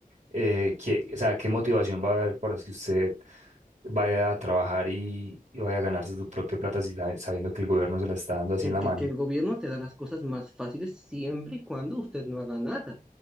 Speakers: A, on the right; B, in the centre.
A: eh, qué- o sea, ¿qué motivación va a haber para que usted vaya a trabajar y, y vaya a ganarse su propia plata si sabe- sabiendo que el gobierno se la está dando así
B: que,
A: en la
B: que-
A: mano?
B: que el gobierno te da las cosas más fáciles siempre y cuando usted no haga nada.